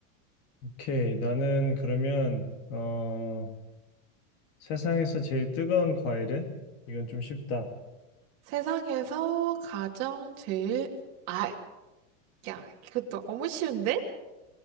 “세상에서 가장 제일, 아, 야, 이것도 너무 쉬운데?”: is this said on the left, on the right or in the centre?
Right